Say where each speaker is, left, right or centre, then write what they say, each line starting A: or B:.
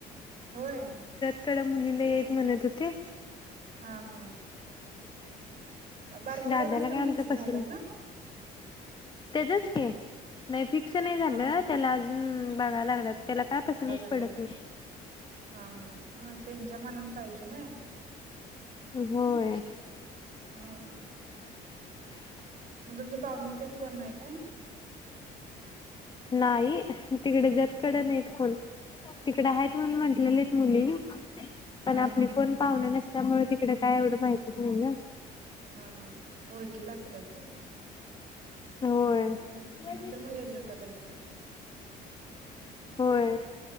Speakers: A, on the right; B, on the left.
A: होय.
B: तिकड मुली लई हैत म्हणत होते.
A: हा हा बारक्या
B: दादाला
A: दादाच पण
B: काय आमच्या
A: फिक्स झालंय
B: पसंद
A: ना
B: तिथंच की नई फिक्स नाही झालं
A: हा हा
B: त्याला अजून बघाय लागल्यात- त्याला काय पसंतच
A: बघायला
B: पडत नाही.
A: हा हा हा त्यांच्या मनान पाहिजे ना
B: हम होय
A: हा
B: <unintelligible>
A: मग तुमच्या पाहुण्यात तेन कोण नाय काय
B: नाई. तिकडे जतकड
A: हा
B: नाहीत कोण <unintelligible> इकड हैत म्हणून म्हटलेलेत मुली पण
A: हा
B: आपली
A: हा
B: कोण पाहुण नस त्यामुळे तिकडं काय एवढं माहतीच नाही गं.
A: हा हा ओळखी लागते का
B: ग होय
A: नाही तर मग एजंटा तर्फे <unintelligible>
B: होय